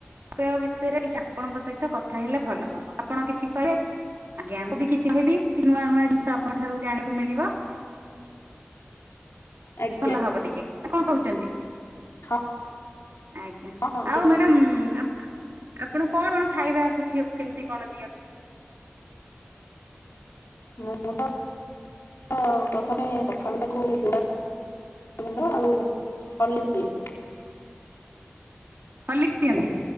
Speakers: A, on the right; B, on the left.
A: ପେୟ ବିଷୟରେ ଟିକେ ଆପଣଙ୍କ ସହିତ କଥା ହେଲେ ଭଲ ହବ। ଆପଣ କିଛି କହିବେ ଆଜ୍ଞା ମୁଁ ବି କିଛି କହିବି କି ନୂଆ ନୂଆ ଜିନିଷ ଆପଣଙ୍କ ଠାରୁ ଜାଣିବାକୁ ମିଳିବ।
B: ଆଜ୍ଞା
A: ଭଲ ହବ ଟିକେ। ନାଁ କଣ କହୁଚନ୍ତି?
B: ହଁ
A: ଆଜ୍ଞା
B: ହଁ ହଁ
A: ଆଉ
B: ଠିକ୍
A: ମ୍ୟାଡମ ଆ ଆପଣ କଣ କଣ ଖାଇବାକୁ ଝିଅକୁ କେମତି କଣ ଦିଅ
B: ମୁଁ ତ ତ ପ୍ରଥମେ ସଖାଳୁ ତାକୁ ଚୁଡ଼ା ଗୁଣ୍ଡ ଆଉ ହଲିସ ଦିଏ।
A: ହଁ ଲଖସ ଦିଅନ୍ତି।